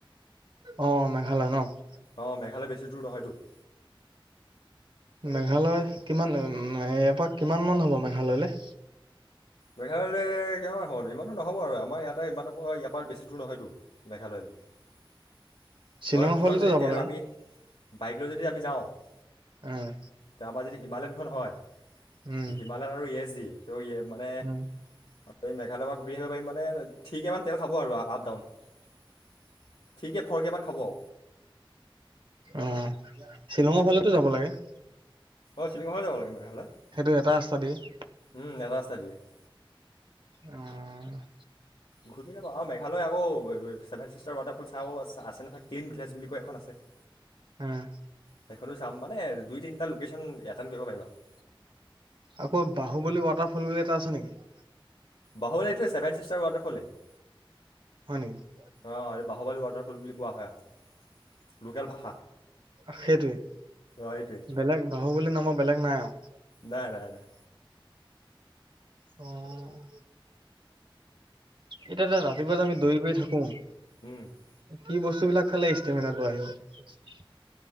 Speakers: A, on the right; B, on the left.
A: অঁ মেঘালয় ন। <unintelligible>
B: অঁ মেঘালয় বেছি দূৰ নহয়তো। <inaudible>
A: মেঘালয় কিমান <unintelligible> ইয়াৰ পৰা কিমান মান হ'ব মেঘালয়লৈ?
B: মেঘালয়লৈ কিমান হ'ব ইমানো নহ'ব আৰু আমাৰ ইয়াতে ইমানৰ ইয়াৰ পৰা বেছি দূৰ নহয়তো। <unintelligible> মেঘালয়লৈ <inaudible>
A: শ্বিলঙৰ
B: হয়, তোমাৰ
A: ফালেতো
B: যদি
A: যাব
B: তেল
A: লাগে
B: আমি বাইক লৈ যদি আমি যাওঁ <inaudible>
A: উম!
B: তাৰপৰা যদি হিমালয়নখন হয়।
A: উম
B: হিমালয়ন আৰু এছজি <unintelligible> মানে
A: উম
B: <unintelligible> মেঘালয়ৰ পৰা ঘূৰি আহিব পাৰিম মানে থ্ৰি কৰে মান তেল খাব আৰু আপ ডাউন। <unintelligible> থ্ৰিকে, ফৰকে মান খাব। <inaudible>
A: অঁ! শ্বিলঙৰ ফালতো যাব লাগে? <inaudible>
B: অঁ শ্বিলঙৰ ফালে যাব লাগে মেঘালয়। <inaudible>
A: সেইটো এটা ৰাস্তা দি? <inaudible>
B: উম এটা ৰাস্তা দিয়ে। <unintelligible>
A: অঁ <inaudible>
B: ঘূৰি <unintelligible> আৰু মেঘালয় আকৌ ছেভেন ছিষ্টাৰ ৱাটাৰফল চাওঁ আৰু আছে-আছে নহয় ক্লিন ভিলেজ বুলি কৈ এখন আছে। <inaudible>
A: উম!
B: সেইখনো চাম মানে দুই, তিনিটা লোকেশ্যন এটেণ্ড কৰিব পাৰিম আউ। <inaudible>
A: আকৌ বাহুবলী ৱাটাৰফল বুলি এটা আছে নেকি? <inaudible>
B: বাহুলী এইটোৱেই চেভেন ছিষ্টাৰ ৱাটাৰফলেই। <inaudible>
A: হয় নি? <unintelligible>
B: অঁ এই বাহুবলী ৱাটাৰফল বুলি কোৱা হয় আৰু। লোকেল ভাষা <unintelligible>
A: সেইটোৱেই।
B: অঁ এইটোৱে
A: বেলেগ বাহুবলী নামৰ বেলেগ নাই আৰু? <inaudible>
B: নাই-নাই-নাই।
A: উম <inaudible> এতিয়া যে ৰাতিপুৱা যে আমি দৈ গৈ থাকোঁ <unintelligible>
B: উম <inaudible>
A: কি বস্তুবিলাক খালে ষ্টেমিনাটো আহিব? <unintelligible> <unintelligible>